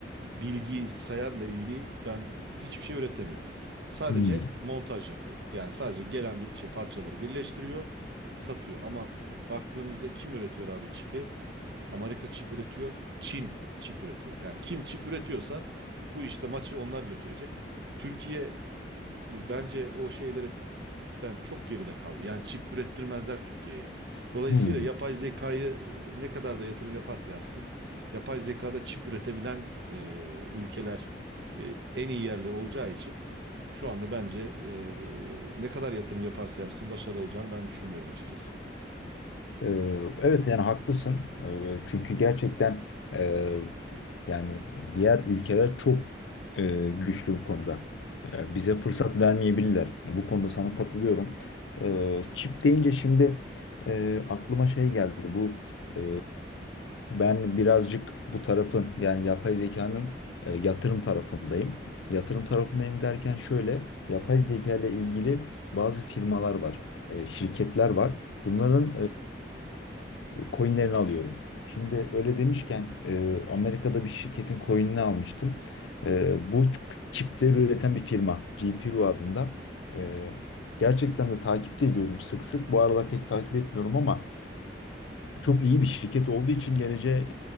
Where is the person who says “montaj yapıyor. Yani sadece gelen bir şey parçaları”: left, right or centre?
Right